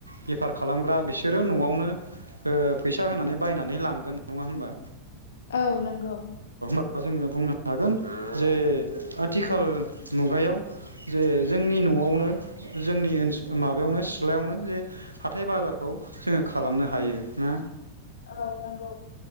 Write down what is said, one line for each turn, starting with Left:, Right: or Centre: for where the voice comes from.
Right: बेफार खालामग्रा बिसोरो न'आवनो फैसा होनानै बायनानै लांगोन नङा होमबा
Left: औ नों औ
Right: जोङो बुंनो हागोन जे आथिखाल मुगायाव जे जोंनि न'आवनो जोंनि ओनसोल माबायावनो सिथ्लायावनो जे हाथाय बाजारखौ जोङो खालामनो हायो ना
Left: औ नंगौ